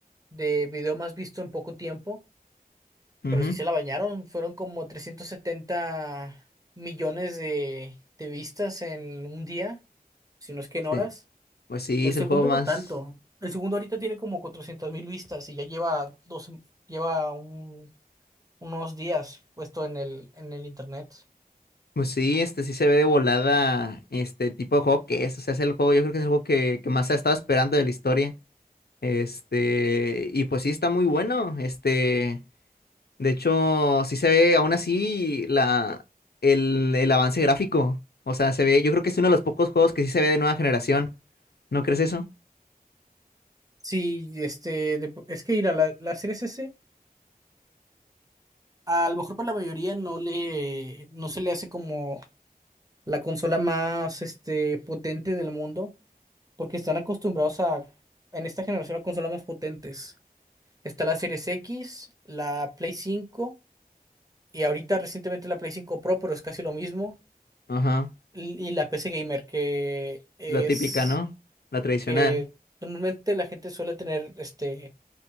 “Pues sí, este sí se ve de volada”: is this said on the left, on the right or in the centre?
Left